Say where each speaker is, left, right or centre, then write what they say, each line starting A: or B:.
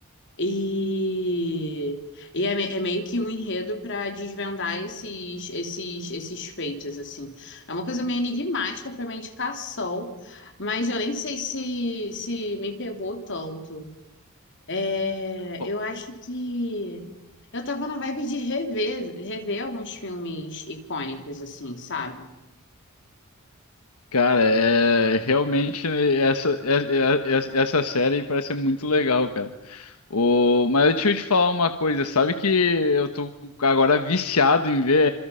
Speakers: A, on the left; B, on the left.
A: E, e é, me- é meio que um enredo para desvendar esses, esses, esses feitos, assim. É uma coisa meio enigmática para uma indicação, mas eu nem sei se, se me pegou tanto. É,
B: Ó,
A: eu acho que eu tava na vibe de rever, rever alguns filmes icônicos, assim, sabe?
B: Cara, é realmente né, essa é- é- é- essa série parece ser muito legal, cara. O, mas deixa eu te falar uma coisa, sabe que eu tô agora viciado em ver